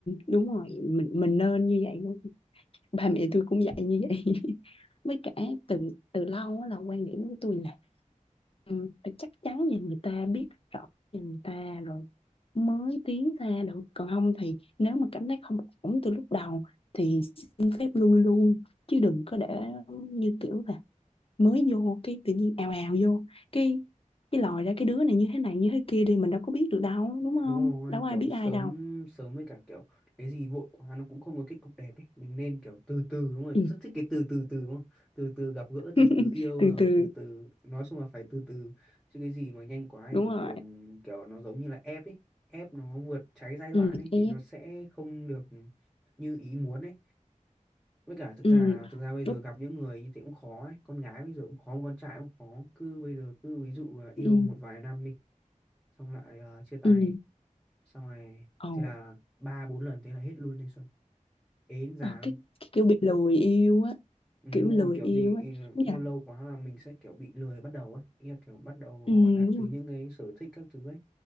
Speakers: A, on the left; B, in the centre.
A: đúng rồi mình mình nên như vậy luôn ba mẹ tôi cũng dạy như vậy <laughs> với cả từ từ lâu á là quan điểm của tôi là ừ, phải chắc chắn và người ta biết rõ về người ta rồi mới tiến ra được còn không thì nếu mà cảm thấy không ổn từ lúc đầu thì xin phép lui luôn chứ đừng có để như kiểu là mới vô cái tự nhiên ào ào vô cái cái lòi ra cái đứa này như thế này như thế kia đi mình đâu có biết được đâu đúng
B: đúng
A: không
B: rồi
A: đâu có
B: kiểu
A: ai biết
B: sớm
A: ai đâu
B: sớm với cả kiểu cái gì vội quá nó cũng không có kết cục đẹp ấy mình nên kiểu từ từ đúng rồi
A: ừ.
B: rất thích cái từ từ từ đúng không từ từ gặp gỡ
A: <laughs>
B: từ từ yêu
A: từ
B: rồi
A: từ
B: từ từ nói chung là phải từ từ chứ cái gì mà nhanh quá thì
A: đúng
B: thường
A: rồi
B: thường kiểu nó giống như là ép ấy ép nó vượt trái giai đoạn
A: ừ,
B: ấy
A: ép
B: thì nó sẽ không được như ý muốn ấy với cả thực
A: ừ.
B: ra thực ra bây
A: Lúc
B: giờ gặp những người như thế cũng khó ấy con gái bây giờ cũng khó con trai cũng khó cứ bây giờ cứ ví dụ là yêu
A: ừ
B: một vài năm đi xong lại ờ, chia tay
A: ừ
B: xong rồi
A: ồ
B: thế là ba bốn lần thế là hết luôn thanh xuân ế già
A: ờ,
B: luôn
A: cái, cái kiểu bị lười yêu á
B: ừ,
A: kiểu
B: đúng
A: lười
B: rồi kiểu
A: yêu
B: bị
A: á
B: ừ,
A: đúng
B: yêu
A: rồi
B: lâu quá là mình sẽ kiểu bị lười bắt đầu ấy Ý là kiểu bắt đầu hỏi
A: ừ
B: lại
A: đúng
B: từ
A: rồi
B: những cái sở thích các thứ ấy